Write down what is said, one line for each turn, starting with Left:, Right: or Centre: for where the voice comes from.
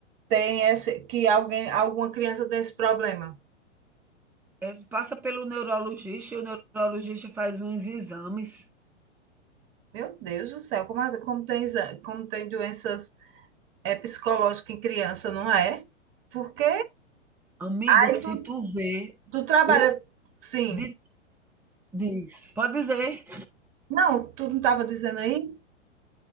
Right: tem esse, que alguém, alguma criança tem esse problema?
Centre: É, passa pelo neurologista e o neurologista faz uns exames.
Right: Meu Deus do céu, como, é- como tem, exa- como tem doenças é, psicológicas em criança, não é? Porque
Centre: Amiga,
Right: Aí
Centre: se
Right: tu
Centre: tu vê,
Right: Tu trabalha,
Centre: o
Right: sim.
Centre: di diz, pode dizer.
Right: Não, tu não estava dizendo aí?